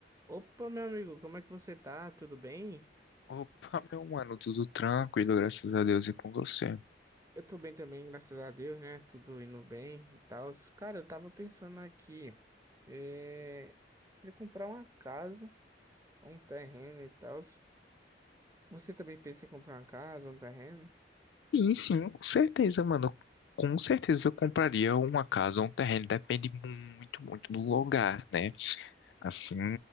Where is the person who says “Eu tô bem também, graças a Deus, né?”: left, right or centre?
Right